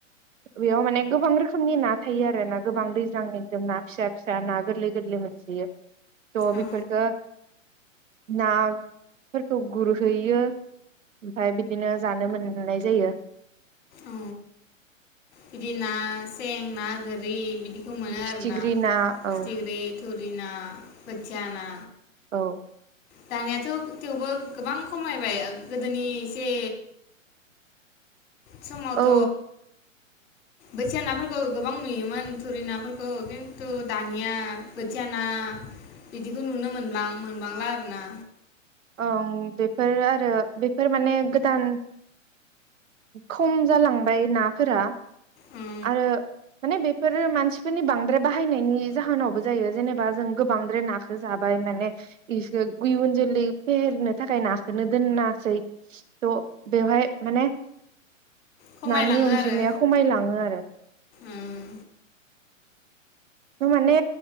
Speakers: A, on the right (about 70°); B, on the left (about 30°).
A: बेयाव माने गोबां रोखोमनि ना थायो आरो ना गोबां दैज्लांनि एकदम ना फिसा फिसा ना गोरलै गोरलै मोनसोयो थ
B: औ
A: बेफोरफोरखो ना फोरखौ गुरहैयो ओमफफ्राय बिदिनो जानो मोननाय जायो
B: औ बिदि ना सें ना गोरि बिद बेखौ मोनो
A: फिथिख्रि
B: आरो ना फिथिख्रि
A: औ
B: थुरि ना बोथिया ना
A: औ
B: दानियाथ थेवबो गोबां खमायबाय गोदोनि एसे समावथ
A: औ
B: बोथिया नाफोरखौ गोबां नुयोमोन थुरि नाफोरखौ खिन्थु दानिया बोथिया ना बिदिखौ नुनो मोनलां मोनबांला आरोना
A: ओं बेफोर आरो बेफोर माने गोदान खम जालांबाय नाफोरा
B: उम
A: आरो माने बेफोर मानसिफोरनि बांद्राय बाहायनायनि जाहोनावबो जायो जेनेबा जों गो बांद्राय नाखौ जाबाय माने इखो इयुन जोलै फेहेरनो थाखाय नाखौनो दोनासै थ बेवहाय माने
B: खमायलाङो
A: नानि अनजिमाया
B: आरो
A: खमायलाङो आरो
B: उम
A: माने